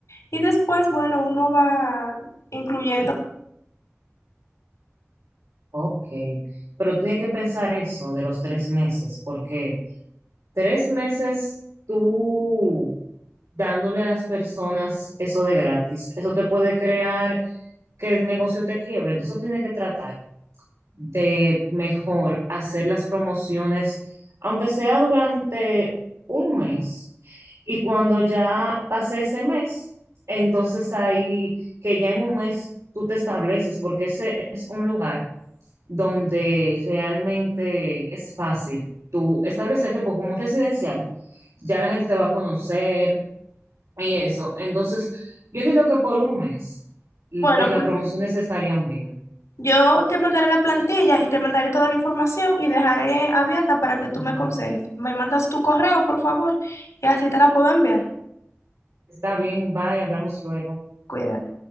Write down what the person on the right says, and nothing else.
Ok, pero tiene que pensar eso de los tres meses, porque tres meses tú dándole a las personas eso de gratis, eso te puede crear que el negocio te quiebre. Entonces tiene que tratar de mejor hacer las promociones, aunque sea durante un mes. Y cuando ya pase ese mes, entonces ahí que ya en un mes tú te estableces, porque ese es un lugar donde realmente es fácil tú establecerte, porque como es residencial, ya la gente te va a conocer y eso. Entonces, yo entiendo que por un mes l-
eh, las
promociones estarían bien.
Está bien, bye, hablamos luego.